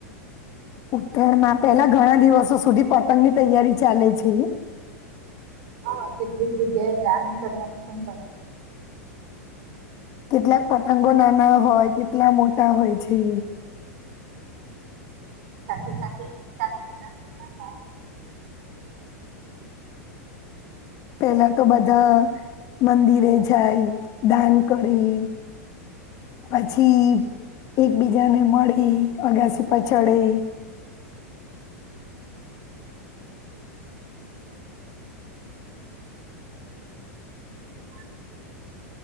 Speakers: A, on the left (about 45°); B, on the right (about 60°).
A: ઉતરાયણ માં પેલા ઘણા દિવસો સુધી પતંગની તૈયારી ચાલે છે. <inaudible>
B: હા કેટલીક જગ્યાએ ડાન્સ કરવાની પણ ફ
A: કેટલાક પતંગો નાના હોય કેટલા મોટા હોય છે.
B: સાથે સાથે ચાલો ઉતરાયણ માં
A: પેલા તો બધા મંદિરે જાય દાન કરી પછીઈ એકબીજાને મળી અગાસીપ ચડે.
B: <inaudible>